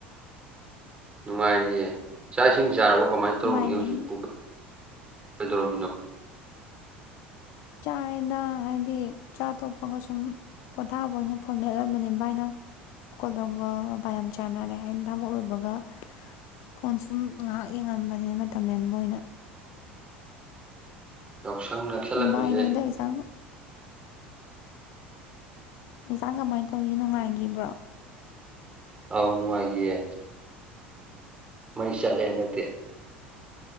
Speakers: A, on the right; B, on the left.
A: ꯅꯨꯡꯉꯥꯏꯔꯤꯌꯦ ꯆꯥꯛ ꯏꯁꯤꯡ ꯆꯥꯔꯕꯣ ꯀꯃꯥꯏ ꯇꯧꯔꯤꯒꯦ
B: ꯅꯨꯡꯉꯥꯏꯔꯤ
A: ꯍꯧꯖꯤꯛ
B: ꯍꯥꯏ
A: ꯄꯣ꯫ ꯀꯩꯗꯧꯔꯝꯃꯤꯅꯣ꯫
B: ꯆꯥꯔꯦꯗ ꯍꯥꯏꯗꯤ ꯆꯥ ꯇꯣꯛꯄꯒ ꯁꯨꯝ ꯄꯣꯊꯥꯕ ꯑꯣꯏꯅ ꯐꯣꯟ ꯃꯦꯠꯂꯝꯕꯅꯤ ꯕꯥꯏꯅ ꯀꯣꯜ ꯇꯧꯕ ꯃꯄꯥ ꯌꯥꯝ ꯆꯥꯟꯅꯔꯦ ꯍꯥꯏꯅ ꯊꯕꯛ ꯂꯣꯏꯕꯒ ꯐꯣꯟ ꯁꯨꯝ ꯉꯥꯏꯍꯥꯛ ꯌꯦꯡꯉꯝꯕꯅꯦ ꯃꯇꯝ ꯂꯦꯟꯕ ꯑꯣꯏꯅ꯫
A: ꯌꯥꯎꯁꯪ ꯅꯛꯁꯜꯂꯛꯄꯁꯦ
B: ꯕꯥꯏꯗꯣ ꯍꯟꯗꯛ ꯑꯦꯛꯖꯥꯝ ꯑꯦꯛꯖꯥꯝ ꯀꯃꯥꯏ ꯇꯧꯒꯤꯒꯦ ꯅꯨꯡꯉꯥꯏꯒꯤꯕ꯭ꯔꯣ꯫
A: ꯑꯥꯎ ꯅꯨꯡꯉꯥꯏꯒꯤꯌꯦ꯫ <unintelligible> ꯃꯩ ꯆꯠꯂꯦ ꯍꯟꯗꯛꯇꯤ꯫